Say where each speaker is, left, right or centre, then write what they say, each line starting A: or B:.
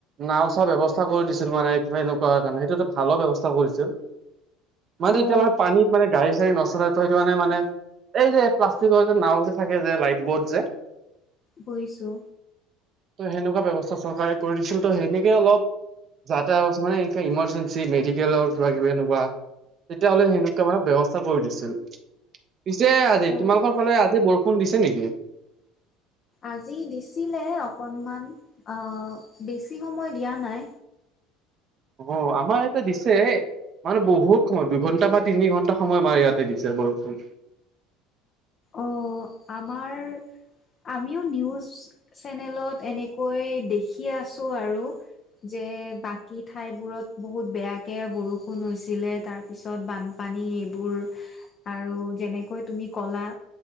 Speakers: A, on the right; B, on the left.
A: নাওঁ চাওঁ ব্যৱস্থা কৰি দিছিল মানে কিবা এনেকুৱা কাৰণে, সেইটো এটা ভালো ব্যৱস্থা কৰিছিল। মানে
B: অ',
A: এতিয়া মানে পানীত মানে গাড়ী চাড়ী নচলে ত' সেইটো কাৰণে মানে এই যে প্লাষ্টিকৰ যে নাওঁ যে থাকে যে লাইফ বৰ্ড যে
B: বুইছোঁ।
A: ত' সেনেকুৱা ব্যৱস্থা চৰকাৰে কৰি দিছিল ত' সেনেকে অলপ যাতেও মানে এনেকুৱা ইমাৰ্জেঞ্চি মেডিকেলৰ কিবা কিবি এনেকুৱা তেতিয়া হ'লে সেনেকুৱা মানে ব্যৱস্থা কৰি দিছিল। পিছে আজি
B: অ',
A: তোমালোকৰ ফালে আজি বৰষুণ দিছে নেকি?
B: আজি দিছিলে অকনমান অঁ বেছি সময় দিয়া নাই।
A: অঁ আমাৰ ইয়াতে দিছে মানে বহুত সময়, দুঘণ্টা বা তিনি ঘণ্টা সময় মান ইয়াতে দিছে বৰষুণ।
B: অ', আমাৰ আমিও নিউজ চেনেলত এনেকৈ দেখি আছো আৰু যে বাকী ঠাইবোৰত বহুত বেয়াকে বৰষুণ হৈছিলে তাৰ পিছত বানপানী এইবোৰ আৰু যেনেকৈ তুমি ক'লা